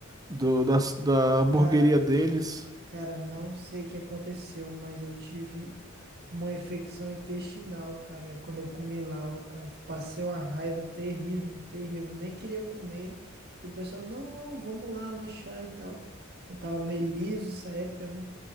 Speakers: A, on the right; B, on the right.
A: do, da, da hamburgueria
B: Cara,
A: deles.
B: Cara, não sei o que aconteceu, mas eu tive uma infecção intestinal, cara, quando eu comi lá, ó, cara, passei uma raiva terrível, terrível, nem queria comer. E o pessoal, não, não, vamos lá lanchar e tal. Eu tava meio liso essa época, né?